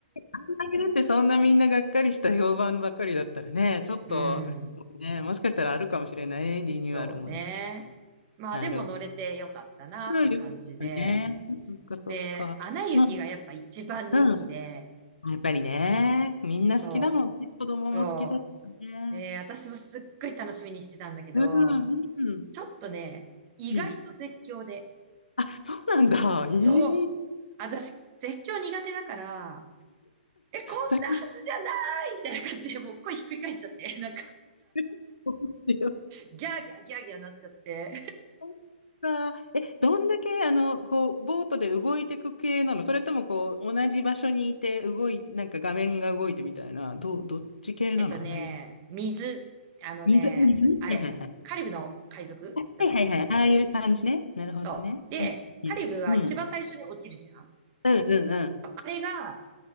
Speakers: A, on the left; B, on the right.
A: あんだけだってそんなみんながっかりした評判ばっかりだったらね、ちょっと、
B: うん。
A: あれね、もしかしたらあるかもしれないね、リニューアルもね。
B: そうね。まあでも乗れてよかったなって感じで。
A: なるほど。よかったね。そっかそっか。
B: で、アナ雪がやっぱ一番人気で、
A: うん、うん。やっぱりね、みんな好きだもんね。
B: そう、
A: 子供も好きだもんね。
B: そう。で、私もすっごい楽しみにしてたんだけど、
A: うん、うん、
B: ちょっとね、意外と絶叫で。
A: うん。あ、そうなんだ。ええ
B: そう。私、絶叫苦手だから、え、こんなはずじゃないみたいな感じで、
A: だいぶ
B: もう声ひっくり返っちゃって、<laughs> なんか、
A: <laughs>
B: ギャーギャーギャーギャーなっちゃって。
A: そっかえ、どんだけ、あの、こう、ボートで動いていく系なのそれとも、こう、同じ場所にいて、動い、なんか画面が動いてみたいな、どう、どっち系なのあんないう
B: <laughs> えっとね、水。あのね、
A: 水、水ね
B: あれ、カリブの海賊だったっけ
A: はいはいはい。<laughs> はいはいはい。ああいう感じね。なるほどね。
B: そう。で、
A: うん。
B: カリブは一番最初に落ちるじゃん
A: うん。うんうんうん。
B: あれが